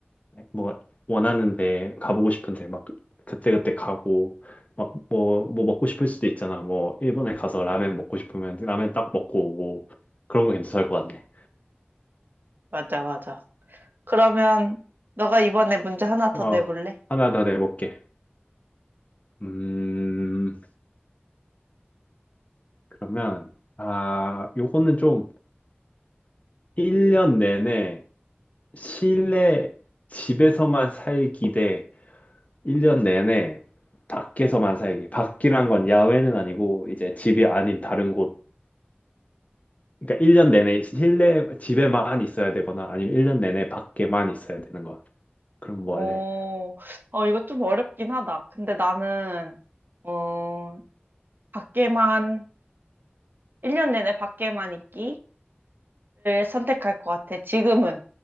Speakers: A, on the left; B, on the right.
A: 뭐 원하는데 가보고 싶은데 막 그때그때 가고 막 뭐 뭐 먹고 싶을 수도 있잖아. 뭐 일본에 가서 라멘 먹고 싶으면 라멘 딱 먹고 오고 그런 거 괜찮을 것 같네.
B: 맞아, 맞아. 그러면 너가 이번에 문제 하나 더
A: 어
B: 내볼래?
A: 하나 더 내볼게. 음 그러면 아 요거는 좀 1년 내내 실내 집에서만 살기 대 1년 내내 밖에서만 살기. 밖이란 건 야외는 아니고 이제 집이 아닌 다른 곳 그러니까 1년 내내 실내 집에만 있어야 되거나 아니면 1년 내내 밖에만 있어야 되는 거. 그럼
B: 어,
A: 뭐 할래?
B: 어, 이거 좀 어렵긴 하다. 근데 나는, 어, 밖에만, 1년 내내 밖에만 있기를 선택할 것 같아. 지금은.